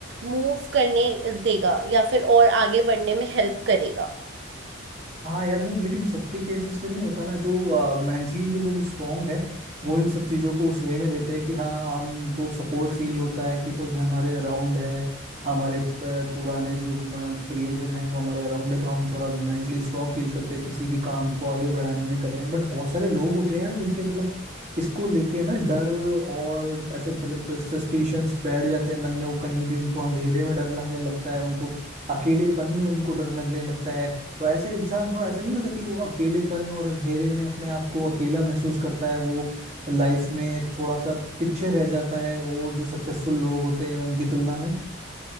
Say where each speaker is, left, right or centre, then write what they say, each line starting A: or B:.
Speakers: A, on the right; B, on the right.
A: मूव करने देगा या फिर और आगे बढ़ने में हेल्प करेगा
B: हाँ यार वो लेकिन सबके केसेस में नहीं होता ना जो मेंटली जो लोग स्ट्रांग है वो इन सब चीजों को उस वे में लेते हैं कि हाँ हमको सपोर्ट फील होता है कि कोई हमारे अराउंड है हमारे प- पुराने जो म, प्रियजन है वो हमारे अराउंड है तो हम थोड़ा मेंटली स्ट्रांग फील करते हैं किसी भी काम को आगे बढ़ाने में करने में बट बहुत सारे लोग होते हैं यार जिनके मतलब इसको लेके ना डर और ऐसे मतलब सस्पिशंस बैठ जाते हैं मन में वो कहीं भी उनको अंधेरे में डर लगने लगता है उनको अकेलेपन में उनको डर लगने लगता है तो ऐसे इंसान थोड़ा ऐसा नहीं होता कि वो अकेलेपन और अंधेरे में अपने आप को अकेला महसूस करता है वो लाइफ में थोड़ा सा पीछे रह जाता है और जो सक्सेसफुल लोग होते हैं उनकी तुलना में